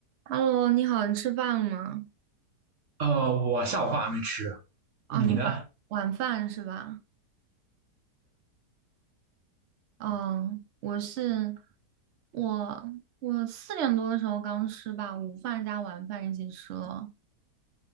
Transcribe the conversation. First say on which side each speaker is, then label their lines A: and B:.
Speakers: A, on the right; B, on the right.
A: Hello，你好，你吃饭了吗？
B: 呃，我下午饭还没吃，
A: 哦，
B: 你呢？
A: 你晚晚饭是吧？嗯，我是我我四点多的时候刚吃吧，午饭加晚饭一起吃了。